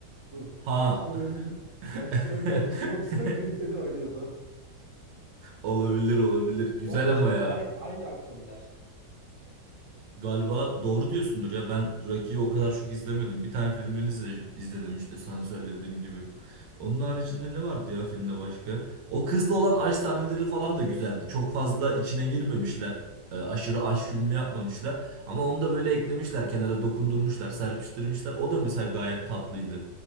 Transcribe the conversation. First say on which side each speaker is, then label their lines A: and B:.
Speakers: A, on the right (about 50°); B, on the right (about 80°).
A: dur
B: Ha.
A: Rocky'de oynayan <laughs>
B: <laughs>
A: Rocky'de oynayan Rus boksör Creed'de de oynuyordu.
B: Olabilir olabilir. Güzel
A: Bu arada
B: ama
A: cidden
B: ya.
A: ay- aynı aktörler.
B: Galiba doğru diyorsundur ya. Ben Rocky'yi o kadar çok izlemedim. Bir tane filmini izle- izledim işte sana söylediğim gibi. Onun haricinde ne vardı ya filmde başka? O kızla olan aşk sahneleri falan da güzeldi. Çok fazla içine girmemişler. E, aşırı aşk filmi yapmamışlar. Ama onu da böyle eklemişler kenara dokundurmuşlar, serpiştirmişler. O da mesela gayet tatlıydı.